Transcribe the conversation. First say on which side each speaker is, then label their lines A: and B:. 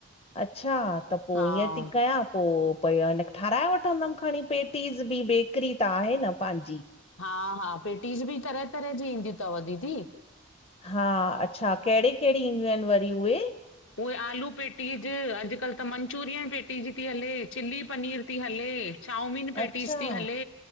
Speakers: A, on the left (about 30°); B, on the left (about 65°).
A: अच्छा त पोइ
B: हा
A: ईअं थी कयां पोइ पोइ हिन ठाराए वठंदमि खणी पेटीज़ बि बेकरी त आहे न पंहिंजी।
B: हा हा पेटीज बि तरह तरह जी ईंदीूं अथव दीदी।
A: हा अच्छा कहिड़ी- कहिड़ी ईंदियूं आहिन वरी उहे?
B: उहे आलू पेटीअ ज अॼुकल्ह त मंचुरियन पेटी जी थी हले चिली पनीर थी हले। चामीन पेटीज़
A: अच्छा
B: थी हले